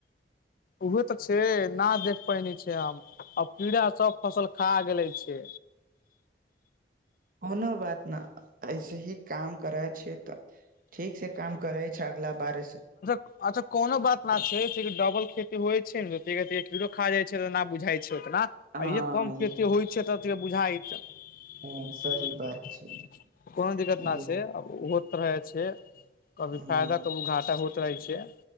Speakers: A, on the left; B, on the right.
A: उहे तऽ छै न देख पैने छै हम अब कीड़ा सब फसल खा गेले छै
B: कोनो बात न ऐसे ही काम करै छियै तऽ ठीक छै काम करे छै अगला बार से
A: अच्छ कोनो बात न छै से डबल खेती होइ छै ने धिरे-धिरे कीड़ो खा जाइ छै त न बुझाइ छै उतना
B: हँ
A: आ इे कम कते
B: ई
A: होइ छै तब त इ बुझाइत <unintelligible>
B: ह सही बात छै
A: कोनो दिक्कत
B: ई
A: नहि छै ओ होत रहे छै कभी
B: हँ
A: फायदा कभी घाटा होइत रहै छै